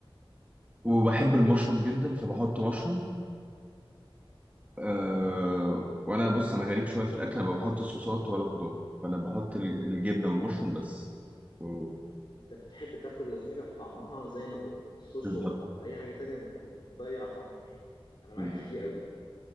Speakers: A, on the right (about 15°); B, on the left (about 55°).
A: وبحب المشروم جدا فبحط مشروم
B: الله
A: أه... وانا بص انا غريب شويه في الاكل انا ما بحط صوصات ولا خضار فانا بحط ال- الجبنه والمشروم بس و...
B: انت بتحب تاكل الحاجة بطعمها زي ما هو الصوص
A: بالظبط
B: و- او اي حاجة تانية بتضيع طعم الحاجة انا معاك
A: بالظبط
B: في دي قوي